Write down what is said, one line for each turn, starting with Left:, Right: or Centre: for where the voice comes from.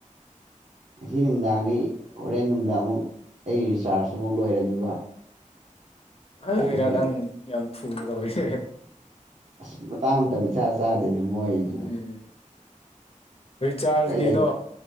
Right: ꯉꯁꯤ ꯅꯨꯡꯗꯥꯡꯗꯤ ꯍꯣꯔꯦꯟ ꯅꯨꯡꯗꯥꯡ ꯑꯃꯨꯛ ꯑꯩ ꯔꯤꯆꯥꯔꯖ ꯑꯃꯨꯛ ꯂꯣꯏꯔꯅꯤꯕ꯫
Left: ꯑ ꯑꯗꯨꯒꯤꯔ
Right: ꯑꯗꯨꯏ
Left: ꯅꯪꯌꯥꯝ ꯊꯨꯅ ꯇꯧꯔꯤꯁꯦ?
Right: ꯑꯁ ꯃꯇꯥꯡ ꯏꯇ ꯝꯏꯆꯥ ꯆꯥꯗꯦꯅꯦ꯫ ꯃꯣꯏꯁꯨ
Left: ꯎꯝ ꯔꯤꯆꯥꯔꯖꯒꯤꯗꯣ
Right: ꯍꯣꯏ ꯂꯩ